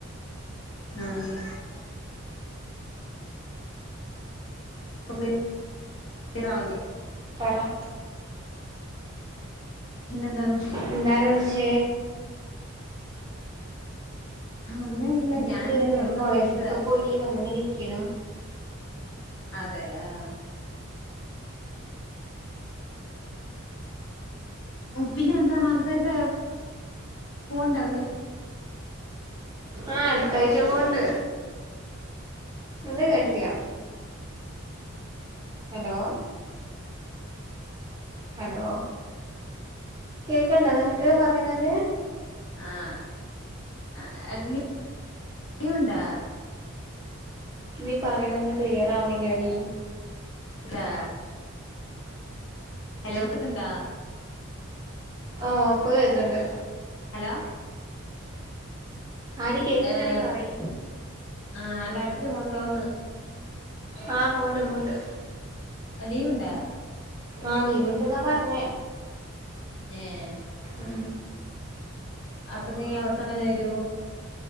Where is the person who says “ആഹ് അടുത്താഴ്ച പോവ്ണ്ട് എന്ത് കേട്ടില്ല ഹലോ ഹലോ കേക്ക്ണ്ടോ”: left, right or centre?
Right